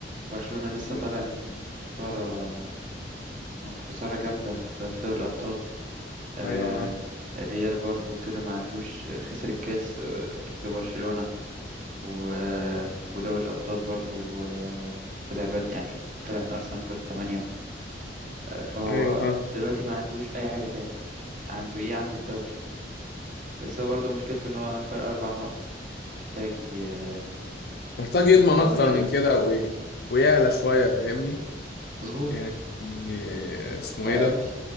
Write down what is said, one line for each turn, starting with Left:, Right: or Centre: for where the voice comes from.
Right: برشلونة لسه
Left: مم.
Right: طالع من خسارة كانت خسارة جامدة في في دوري الأبطال آه،
Left: ايوه معاك
Right: الريال برضو كده ما عندوش خسر الكاس آه، لبرشلونة و- آه، ودوري الأبطال برضو آه، طلع بد يعني طلع من أرسنال في دور الثمانية آه، فهو
Left: ايوه
Right: آه،
Left: فاهم
Right: دلوقتي ما عندوش أي حاجة تاني عنده إيه عنده الدوري بس هو برضو مشكلته إن هو فرق أربع نقط محتاج ي- آه،
Left: محتاج يضمن
Right: يكسب الماتش
Left: اكتر من
Right: ده
Left: كده وي... ويعلى شوية فاهمني
Right: مظبوط
Left: يعني اسمه
Right: وهيقابل
Left: ايه ده